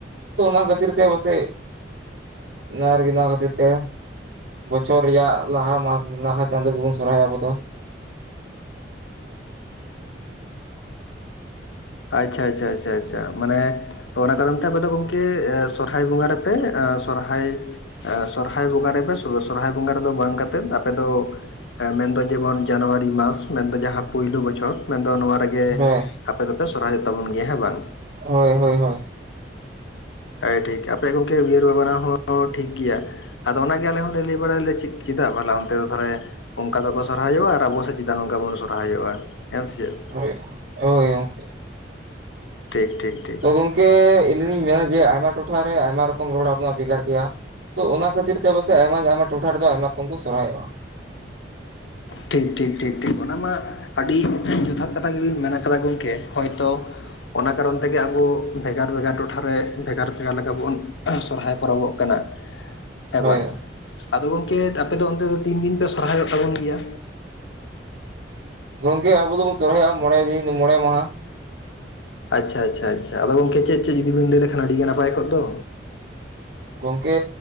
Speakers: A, on the right; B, on the left.
A: ᱟᱫᱚ ᱚᱱᱟ ᱠᱷᱟᱹᱛᱤᱨ ᱛᱮ ᱯᱟᱥᱮᱡ ᱟᱨ ᱚᱱᱟ ᱠᱷᱟᱹᱛᱤᱨ ᱛᱮ ᱵᱚᱪᱷᱚᱨ ᱨᱮᱭᱟᱜ ᱞᱟᱦᱟ ᱢᱟᱥ ᱞᱟᱦᱟ ᱪᱟᱸᱫᱳ ᱜᱮᱵᱩᱱ ᱥᱚᱨᱦᱟᱭᱚᱜ ᱟᱵᱚ ᱫᱚ᱾
B: ᱟᱪᱪᱷᱟ ᱟᱪᱪᱷᱟ ᱟᱪᱪᱷᱟ ᱟᱪᱪᱷᱟ ᱢᱟᱱᱮ ᱚᱱᱟ ᱠᱟᱨᱚᱱ ᱛᱮ ᱟᱯᱮ ᱫᱚ ᱜᱚᱢᱠᱮ ᱥᱚᱨᱦᱟᱭ ᱵᱚᱸᱜᱟ ᱨᱮᱯᱮ ᱥᱚᱨᱦᱟᱭ ᱮᱸ ᱥᱚᱨᱦᱟᱭ ᱵᱚᱸᱜᱟ ᱨᱮᱯᱮ ᱥᱚᱨᱚᱦᱟᱭ ᱵᱚᱸᱜᱟ ᱨᱮᱫᱚ ᱵᱟᱝ ᱠᱟᱛᱮᱫ ᱟᱯᱮ ᱫᱚ ᱢᱮᱱᱫᱚ ᱡᱮᱢᱚᱱ ᱡᱟᱱᱩᱣᱟᱨᱤ ᱢᱟᱥ ᱢᱮᱱᱫᱚ ᱡᱟᱦᱟᱸ ᱯᱩᱭᱞᱳ ᱵᱚᱪᱷᱚᱨ ᱢᱮᱱᱫᱚ ᱱᱚᱣᱟ ᱨᱮ ᱜᱮ
A: ᱦᱳᱭ
B: ᱟᱯᱮ ᱫᱚᱯᱮ ᱥᱚᱨᱦᱟᱭᱚᱜ ᱛᱟᱵᱚᱱ ᱜᱮᱭᱟ᱾ ᱦᱮᱸ ᱵᱟᱝ?
A: ᱦᱳᱭ ᱦᱳᱭ ᱦᱳᱭ
B: ᱦᱮᱭ ᱴᱷᱤᱠ ᱟᱯᱮ ᱜᱚᱢᱠᱮ ᱩᱭᱦᱟᱹᱨ ᱵᱷᱟᱵᱽᱱᱟ ᱦᱚᱸ ᱴᱷᱤᱠ ᱜᱮᱭᱟ᱾ ᱟᱫᱚ ᱚᱱᱟ ᱜᱮ ᱟᱞᱮ ᱦᱚᱸᱞᱮ ᱞᱟᱹᱭ ᱵᱟᱲᱟᱭᱟ ᱞᱮ ᱪᱮᱫ ᱪᱮᱫᱟᱜ ᱵᱷᱟᱞᱟ ᱚᱱᱛᱮ ᱫᱚ ᱛᱟᱦᱚᱞᱮ ᱚᱱᱠᱟ ᱫᱚᱠᱚ ᱥᱚᱨᱦᱟᱭᱚᱜᱼᱟ ᱟᱨ ᱟᱵᱚ ᱫᱚ ᱪᱮᱫᱟᱜ ᱱᱚᱝᱠᱟ ᱵᱚᱱ ᱥᱚᱨᱦᱟᱭᱚᱜᱼᱟ᱾ ᱦᱮᱸ ᱥᱮ ᱪᱮᱫ?
A: ᱦᱳᱭ ᱦᱳᱭ ᱜᱚᱝᱠᱮ᱾
B: ᱴᱷᱤᱠ ᱴᱷᱤᱠ ᱴᱷᱤᱠ
A: ᱜᱚᱢᱠᱮ ᱤᱱᱟᱹ ᱞᱤᱧ ᱢᱮᱱᱟ ᱡᱮ ᱟᱭᱢᱟ ᱴᱚᱴᱷᱟ ᱨᱮ ᱟᱭᱢᱟ ᱨᱚᱠᱚᱢ ᱨᱚᱲ ᱟᱵᱚᱣᱟᱜ ᱵᱷᱮᱜᱟᱨ ᱜᱮᱭᱟ᱾ ᱛᱚ ᱚᱱᱟ ᱠᱷᱟᱹᱛᱤᱨ ᱛᱮ ᱯᱟᱥᱮᱡ ᱟᱭᱢᱟ ᱟᱭᱢᱟ ᱴᱚᱴᱷᱟ ᱨᱮᱫᱚ ᱟᱭᱢᱟ ᱨᱚᱠᱚᱢ ᱠᱚ ᱥᱚᱨᱦᱟᱭᱚᱜᱼᱟ᱾
B: ᱴᱷᱤᱠ ᱴᱷᱤᱠ ᱴᱷᱤᱠ ᱴᱷᱤᱠ ᱚᱱᱟ ᱢᱟ ᱟᱹᱰᱤ ᱡᱚᱛᱷᱟᱛ ᱠᱟᱛᱷᱟ ᱜᱮᱵᱤᱱ ᱢᱮᱱ ᱠᱟᱫᱟ ᱜᱚᱢᱠᱮ ᱦᱚᱭᱛᱚ ᱚᱱᱟ ᱠᱟᱨᱚᱱ ᱛᱮᱜᱮ ᱟᱵᱚ ᱵᱷᱮᱜᱟᱨ ᱵᱷᱮᱜᱟᱨ ᱴᱚᱴᱷᱟᱨᱮ ᱵᱷᱮᱜᱟᱨ ᱵᱷᱮᱜᱟᱨ ᱞᱮᱠᱟ ᱵᱚᱱ ᱥᱚᱨᱦᱟᱭ ᱯᱚᱨᱚᱵᱚᱜ ᱠᱟᱱᱟ᱾ ᱦᱮᱸ
A: ᱦᱳᱭ
B: ᱵᱟᱝ ᱟᱫᱚ ᱜᱚᱝᱠᱮ ᱟᱯᱮ ᱫᱚ ᱚᱱᱛᱮ ᱫᱚ ᱛᱤᱱ ᱫᱤᱱ ᱯᱮ ᱥᱚᱨᱦᱟᱭᱚᱜ ᱛᱟᱵᱚᱱ ᱜᱮᱭᱟ?
A: ᱜᱚᱝᱠᱮ ᱟᱵᱚ ᱫᱚᱵᱚᱱ ᱥᱚᱨᱚᱦᱟᱭᱚᱜᱼᱟ ᱢᱚᱬᱮ ᱫᱤᱱ ᱢᱚᱬᱮ ᱢᱟᱦᱟ᱾
B: ᱟᱪᱪᱷᱟ ᱟᱪᱪᱷᱟ ᱟᱪᱪᱷᱟ ᱟᱫᱚ ᱜᱚᱝᱠᱮ ᱪᱮᱫ ᱪᱮᱫ ᱡᱩᱫᱤᱵᱤᱱ ᱞᱟᱹᱭ ᱞᱮᱠᱷᱟᱱ ᱟᱹᱰᱤ ᱜᱮ ᱱᱟᱯᱟᱭ ᱠᱚᱜ ᱫᱚ᱾
A: ᱜᱚᱢᱠᱮ